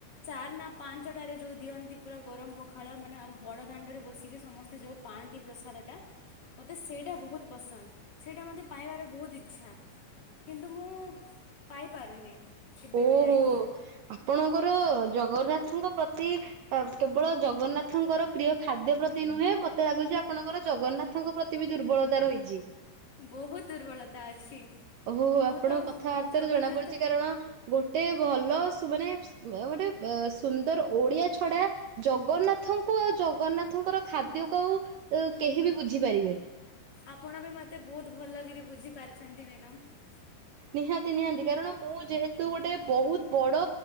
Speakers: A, on the left; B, on the right.
A: ଚାର ନା ପାଞ୍ଚଟାରେ ଯୋଉ ଦିଅନ୍ତି ପୁରା ଗରମ ପଖାଳ ମାନେ ଆମ ବଡ଼ ଦାଣ୍ଡରେ ବସିକି ସମସ୍ତେ ଯୋଉ ପାଆନ୍ତି ପ୍ରସାଦଟା, ମୋତେ ସେଇଟା ବହୁତ ପସନ୍ଦ, ସେଇଟା ମୋତେ ପାଇବାର ବହୁତ ଇଚ୍ଛା, କିନ୍ତୁ ମୁଁ ପାଇପାରୁନି। କେବେ
B: ଓହୋ
A: ବି ଯାଇକି।
B: ଆପଣଙ୍କର ଜଗନ୍ନାଥଙ୍କ ପ୍ରତି କେବଳ ଜଗନ୍ନାଥଙ୍କର ପ୍ରିୟ ଖାଦ୍ୟ ପ୍ରତି ନୁହେଁ ମତେ ଲାଗୁଛି ଆପଣଙ୍କର ଜଗନ୍ନାଥଙ୍କ ପ୍ରତି ବି ଦୁର୍ବଳତା ରହିଛି।
A: ବହୁତ ଦୁର୍ବଳତା ଅଛି
B: ଓହୋ ଆପଣଙ୍କ
A: ମୁଁ ତ
B: କଥାବାର୍ତ୍ତାରୁ
A: ଜଗନ୍ନାଥ
B: ଜଣା ପଡୁଛି କାରଣ ଗୋଟେ ଭଲ ମାନେ ଗୋଟେ ସୁନ୍ଦର ଓଡିଆ ଛଡା ଜଗନ୍ନାଥଙ୍କୁ ଆଉ ଜଗନ୍ନାଥଙ୍କର ଖାଦ୍ୟକୁ ଆଉ କେହି ବି ବୁଝିପାରିବେନି।
A: ଆପଣ ବି ମତେ ବହୁତ ଭଲ ବୁଝି ପାରିଛନ୍ତି ମ୍ୟାଡ଼ମ
B: ନିହାତି ନିହାନ୍ତି କାରଣ ମୁଁ ଯେହେତୁ ଗୋଟେ ବହୁତ ବଡ